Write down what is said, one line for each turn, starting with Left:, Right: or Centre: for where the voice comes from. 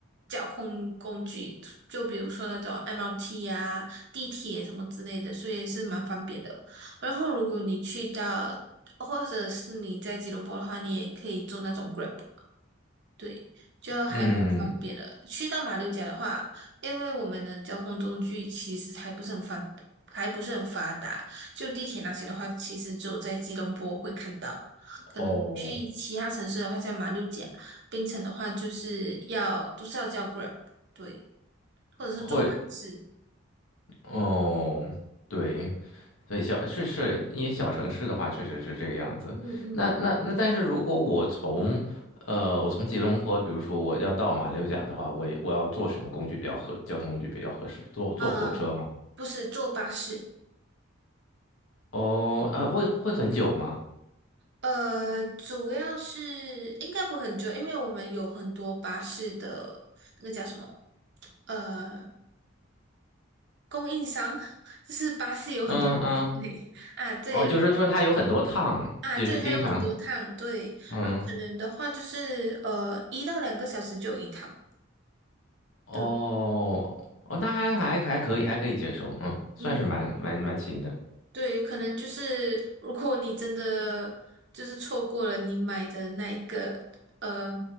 Right: 交通工具，就比如说那种 MRT 啊、地铁什么之类的，所以是蛮方便的。然后，如果你去到，或者是你在吉隆坡的话，你也可以坐那种 Grab。对，就还蛮方便的。
Left: 嗯，
Right: 去到马六甲的话，因为我们的交通工具其实还不是很发，还不是很发达，就地铁那些的话，其实只有在吉隆坡会看到。
Left: 哦。
Right: 可能去其他城市的话，在马六甲、槟城的话，就是要都是要叫 Grab，对，或者是坐巴士。
Left: 或哦，对对，小是是，因为小城市的话，确实是这个样子。
Right: 嗯嗯，
Left: 那那那，但是如果我从呃，我从吉隆坡，比如说我要到马六甲的话，我也我要坐什么工具比较合，交通工具比较合适？坐坐火车吗？
Right: 呃，不是坐巴士，
Left: 哦，啊，会会很久吗？
Right: 呃，主要是应该不会很久，因为我们有很多巴士的那个叫什么？呃，供应商就是巴士有很多种类啊，
Left: 嗯嗯，
Right: 对，
Left: 哦，就是说它有很多趟，
Right: 然后啊，
Left: 就是经常，
Right: 对，它有很多趟，对，
Left: 嗯，
Right: 然后可能的话就是呃一到两个小时就有一趟，
Left: 哦哦，
Right: 对，
Left: 那还还还可以，还可以接受，嗯，算是蛮蛮蛮勤的。
Right: 嗯，对，可能就是如果你真的就是错过了你买的那一个呃